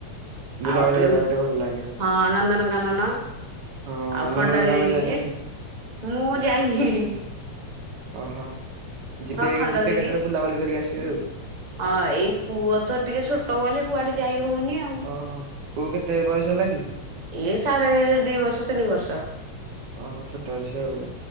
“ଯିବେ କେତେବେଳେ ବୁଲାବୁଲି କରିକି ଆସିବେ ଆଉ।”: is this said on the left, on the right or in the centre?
Right